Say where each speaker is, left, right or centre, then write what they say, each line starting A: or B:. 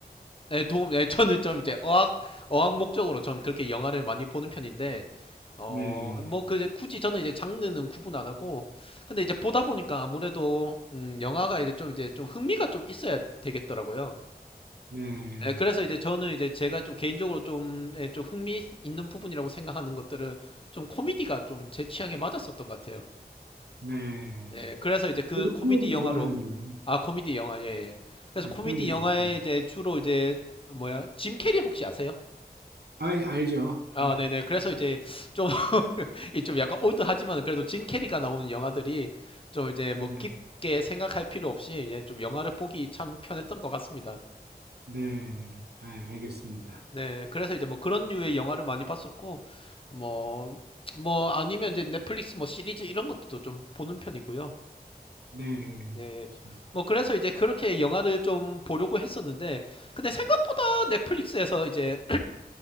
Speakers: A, on the left; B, on the right.
A: 예, 도움, 예, 저는 좀 이제 어학, 어학 목적으로 좀 그렇게 영화를 많이 보는 편인데, 어,
B: 네.
A: 뭐, 그, 이제 굳이 저는 이제 장르는 구분 안 하고, 근데 이제 보다 보니까 아무래도, 음, 영화가 이제 좀 이제 좀 흥미가 좀 있어야 되겠더라고요.
B: 네.
A: 예, 그래서 이제 저는 이제 제가 좀 개인적으로 좀, 예, 좀 흥미 있는 부분이라고 생각하는 것들은 좀 코미디가 좀 제 취향에 맞았었던 것 같아요.
B: 네.
A: 예, 그래서 이제 그
B: 저도
A: 코미디
B: 코미디
A: 영화로,
B: 좋아하는데,
A: 아, 코미디 영화, 예, 예. 그래서
B: 네,
A: 코미디
B: 코미디
A: 영화에
B: 좋습니다.
A: 이제 주로 이제, 뭐야, 짐 캐리 혹시 아세요?
B: 아, 알죠.
A: 아,
B: 아,
A: 네네. 그래서 이제 좀, <laughs> 이좀 약간 올드하지만 그래도 진 캐리가 나오는 영화들이 좀 이제
B: 네,
A: 뭐 깊게 생각할 필요 없이 예, 좀 영화를 보기 참 편했던 것 같습니다.
B: 네. 아, 알겠습니다.
A: 네. 그래서 이제 뭐 그런 류의 영화를 많이 봤었고, 뭐, 뭐 아니면 이제 넷플릭스 뭐 시리즈 이런 것도 좀 보는 편이고요.
B: 네,
A: 네.
B: 좋습니다.
A: 뭐 그래서 이제 그렇게 영화를 좀 보려고 했었는데, 근데 생각보다 넷플릭스에서 이제